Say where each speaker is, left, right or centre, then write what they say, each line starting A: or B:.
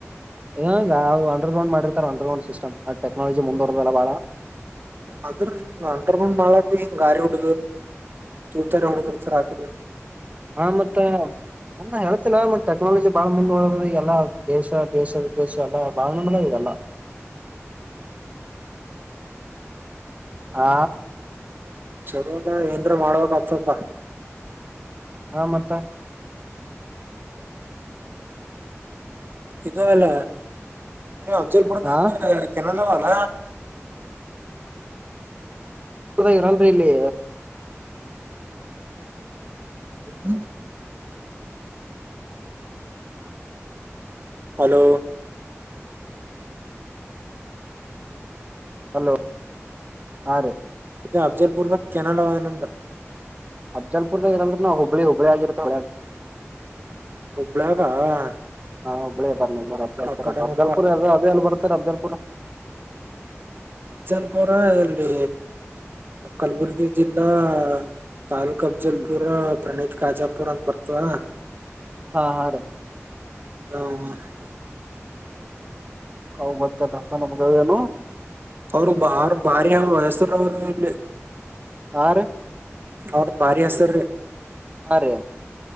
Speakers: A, on the right; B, on the right.
A: ಹಗ ಅಂಡರ್ ಮಾಡರ್ತಾರೆ ಅಂಡರಡ್ ಸಿಸ್ಟಮ್ ಟೆಕ್ನಾಲಜಿ ಮುಂದುವರದಲ್ಲ ಬಾಳ.
B: ಅದ್ರ ಹಿಂಗ ಅಂಡರ್ ಗ್ರೌಂಡ್ ಮಾಳ ಹಿಂಗ ಗಾರಿ ಉಡ ತೂತಾನ ಹೊಡದರ್ ಸರ್ರಿ.
A: ಹಾ ಮತ್ತ. ಹ ಹೇಳ್ತಿಲ್ಲ ಮತ್ತ ಟೆಕ್ನಾಲಜಿ ಬಾಳ ಮುಂದ್ುವ ಎಲ್ಲ ದೇಶ ದೇಶ ವಿದೇಶ ಎಲ್ಲಾ ಬಾಳ ನದೆಲ್ಲ. ಹಾ.
B: ಚಲೋದ ಏನ್್ರ ಮಾಡ್ಬೇಕಕ್ ಆತಪ.
A: ಹಾ ಮತ್ತ.
B: ಇ ಎಲ್ಲ ನೀ ಅಚಲ್ಪುರದ
A: ಹಾ
B: ಕೆನ್ನದವಲ್ಲ.
A: ಇರಲ್ರಿ ಇಲ್ಲಿ.
B: ಹ್ಮ. ಹಲೋ.
A: ಹಲೋ ಹಾ ರೇ.
B: ಇದು ಅಫಜಲ್ಪುರ್ದ ಕೆನಲ್ ನ.
A: ಅಬ್್ಲ್ಪುರ್ದ ಇರಲ್ ನಾ ಹುಬಳ್ಳಿುಬ್ಳ್ಳಿಗಿತ್ತ.
B: ಹುಬ್ಬಳಗ. ಹಾ.
A: ಹಾ ಒಬ್ಬಳೇ ನಿ ರ ಹತಾರೆ
B: ಕಡೆನಪ್ಪ
A: ಅಬ್ದಲ್ಪು ಅದದೆಲ್ಲಿ ಬರ್ತಾರೆ ಅಬ್ದಲ್ಪುರ.
B: ವಿಜ್ಜನಪುರ ಇಲ್ಲಿ ಕಲಬುರ್ಗಿ ಜಿಲ್ಲಾ ತಾಲೂಕ್ು. ಕಬ್ಜಲ್ಪುರ್
A: ಹ್ಮ್
B: ಪ್ರಣೀತ್ ಕಾಜಾಪುರ್ ಅಂತ ಬರ್ತವ.
A: ಹಾ ಹಾ ರೀ.
B: ಹ ಹಾ.
A: ಹ್ ಬತ್ತಾರಪ್ಪ ನಮಗ ಏನು.
B: ಅವರು ಬಾರ್ ಬಾರಿ ವಯಸ್ಸರ ಅವರು ಇಲ್ಲಿ.
A: ಹಾ ರೀ.
B: ಅವ್ರದ ಭಾರಿ ಹಸರ.
A: ಹಾ ರೀ